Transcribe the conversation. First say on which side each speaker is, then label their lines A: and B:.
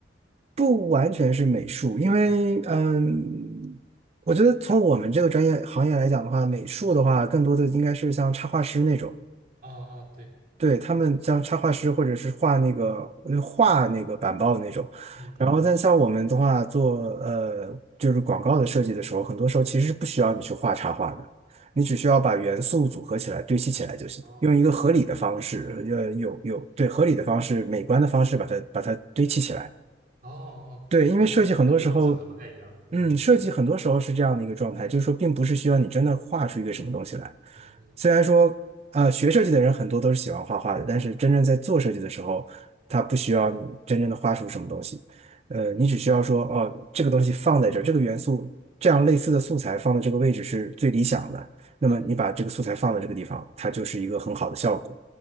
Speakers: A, on the right; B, on the right.
A: 不完全是美术，因为嗯，
B: 嗯，
A: 我觉得从我们这个专业行业来讲的话，美术的话，更多的应该是像插画师那种，
B: 哦哦，对，
A: 对，他们像插画师或者是画那个呃画那个板报的那种。
B: 嗯嗯嗯，
A: 然后，但像我们的话，做呃就是广告的设计的时候，很多时候其实是不需要你去画插画的，你只需要把元素组合起来、堆砌起来就行，
B: 哦
A: 用一个合理的方式，呃，有有对合理的方式、美观的方式把它把它堆砌起来。
B: 哦哦哦，
A: 对，因为设计很多时候。
B: 那那那跟我想的不太一样。嗯哼哼
A: 嗯，设计很多时候是这样的一个状态，就是说，并不是需要你真的画出一个什么东西来。
B: 嗯嗯
A: 虽然说，呃，学设计的人很多都是喜欢画画的，但是真正在做设计的时候，他不需要你真正的画出什么东西。呃，
B: 嗯
A: 你只需要说，哦，这个东西放在这儿，这个元素，这样类似的素材放在这个位置是最理想的。那么你把这个素材放在这个地方，
B: 嗯，
A: 它就是一个很好的效果。